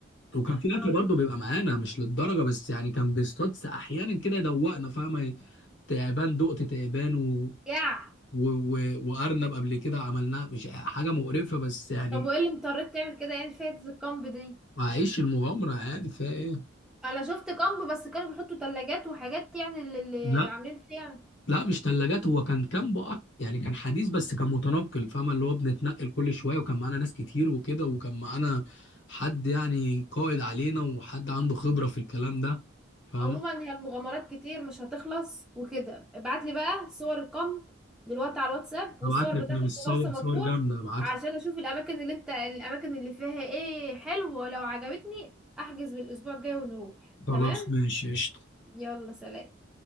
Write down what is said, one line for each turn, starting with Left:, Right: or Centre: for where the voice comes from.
Left: وكان في
Centre: اه
Left: اكل برضه بيبقى معانا مش للدرجه بس يعني كان بيصطاد س- احيانا كده يدوقنا فاهمه تعبان دقت تعبان و...
Centre: يا
Left: و... و... وارنب قبل كده عملناه مش حاجه مقرفه بس يعني
Centre: طب وايه اللي مضطرك تعمل كده يعني فايدة الكامب دي
Left: هعيش المغامره عادي فيها ايه
Centre: انا شفت كامب بس كانوا بيحطوا ثلاجات وحاجات يعني اللي اللي
Left: لا
Centre: عاملين كده يعني
Left: لا مش ثلاجات هو كان كامب يعني كان حديث بس كان متنقل فاهمة اللي هو بنتنقل كل شوية وكان معانا ناس كتير وكده وكان معانا حد يعني قائد علينا وحد عنده خبرة في الكلام ده فاهمة
Centre: عموما هي المغامرات كتير مش هتخلص وكده ابعت لي بقى صور الكامب دلوقتي على الواتساب
Left: هبعت
Centre: والصور
Left: لك
Centre: بتاعتك
Left: انا مش صور
Centre: في مرسى مطروح
Left: صور جامدة هبعت
Centre: عشان
Left: لك
Centre: اشوف الاماكن اللي انت الاماكن اللي فيها ايه حلوه لو عجبتني احجز بالاسبوع الجاي ونروح
Left: خلاص
Centre: تمام
Left: ماشي قشطة
Centre: يلا سلام